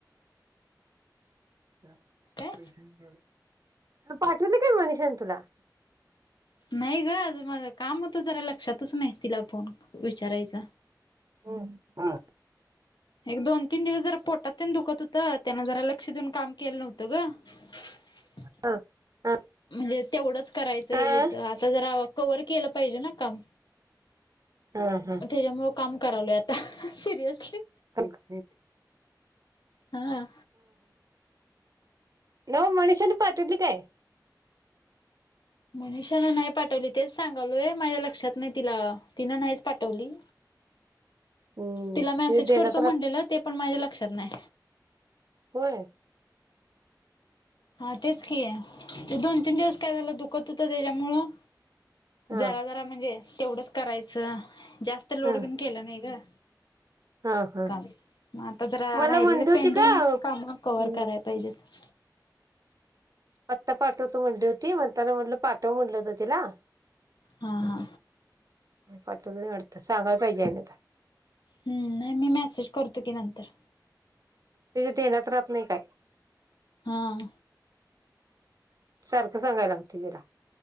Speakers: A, on the right; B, on the left.
A: त्या
B: काय
A: पैश <unintelligible> पाठवले काय मनिषान तुला.
B: नाही गं माझ काम होतं जरा, लक्षातच नाही तिला फोन विचारायचा.
A: हं.. हा..
B: एक दोन तीन दिवस जरा पोटात तेन दुखत होतं त्यानं जरा लक्ष देऊन काम केलं नव्हतं ग.
A: हा हा
B: म्हणजे तेवढंच करायचं
A: हा
B: यायचं आता जरा. कवर केलं पाहिजे ना काम.
A: हा. हा.
B: तेच्यामुळं काम करालोय आता सिरियसली.
A: <unintelligible>
B: हा.
A: नवं मनिषांन पाठवली काय?
B: मनीषान नाही पाठवली तेच सांगालोय. माझ्या लक्षात नाही तिला तिनं नाहीच पाठवली.
A: <inaudible> हम्म
B: तिला मेसेज
A: ते
B: करतो
A: देण्यात राहत
B: म्हटलेलं ते, पण माझ्या लक्षात नाही.
A: होय.
B: हा तेच की, ते दोन तीन दिवस काय झालं दुखत होत तेच्यामुळं.
A: हा
B: जरा जरा म्हणजे तेवढंच करायचं, जास्त लोड
A: हा
B: घेऊन केलं नाही गं.
A: हा हा
B: काम मग आता जरा
A: मला
B: राहिलेल
A: म्हणली होती
B: पेंढीग,
A: का
B: काम
A: हम्म
B: कव्हर करायला पाहिजेत.
A: पत्ता पाठवतो म्हणली होती, म्हणताना म्हणलं पाठव म्हणलो तिला.
B: हा हा
A: पाटवली नाही वाटत, सांगायला पाहिजे आता.
B: हम्. नाही मी मेसेज करतो की नंतर.
A: तिच्या धेण्यात राहत नाही काय.
B: हां.
A: सारख सांगायला लागतंय तिला.